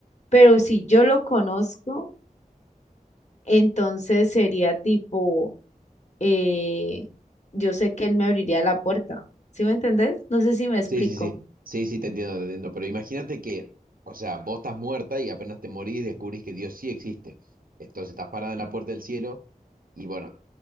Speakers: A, on the left (about 50°); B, on the right (about 80°).
A: Pero si yo lo conozco, entonces sería tipo, eh, yo sé que él me abriría la puerta. ¿Sí me entendés? No sé si me explico.
B: Sí, sí, sí. Sí, sí, te entiendo, te entiendo. Pero imagínate que, o sea, vos estás muerta y apenas te morís descubrís que Dios sí existe. Entonces estás parada en la puerta del cielo y bueno,